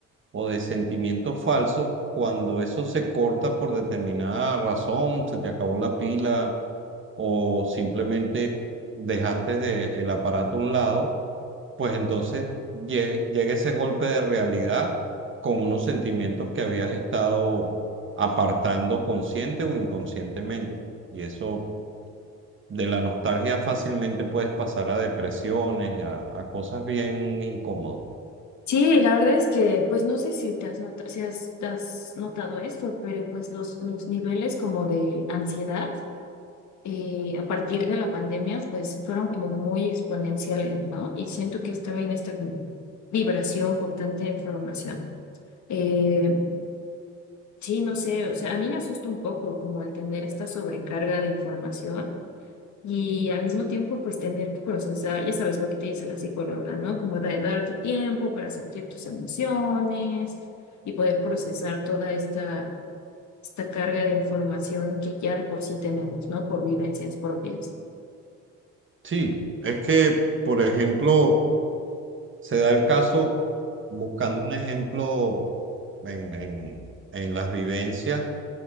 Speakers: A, on the right; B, on the left.
A: o de sentimientos falsos, cuando eso se corta por determinada razón, se te acabó la pila o simplemente dejaste de- el aparato a un lado pues entonces llegue- llega ese golpe de realidad con unos sentimientos que habías estado apartando consciente o inconscientemente. Y eso de la nostalgia fácilmente puedes pasar a depresiones, a, a cosas bien incómodas.
B: Sí, la verdad es que, pues no sé si te has notado, si has, has notado esto, pero pues los, los niveles como de ansiedad eh, a partir de la pandemia, pues fueron como muy exponenciales, ¿no? Y siento que es también esta como vibración por tanta información. Eh, sí, no sé, o sea, a mí me asusta un poco como el tener esta sobrecarga de información y al mismo tiempo, pues tener que procesar, ya sabes lo que te dice la psicóloga, ¿no? Como de darte tiempo para sentir tus emociones y poder procesar toda esta, esta carga de información que ya de por sí tenemos, ¿no? Por vivencias propias.
A: Sí, es que, por ejemplo, Se da el caso, buscando un ejemplo en, en- en las vivencias,